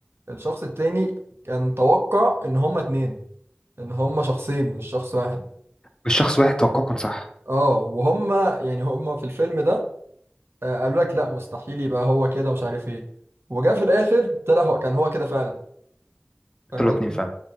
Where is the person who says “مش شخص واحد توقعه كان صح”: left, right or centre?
Left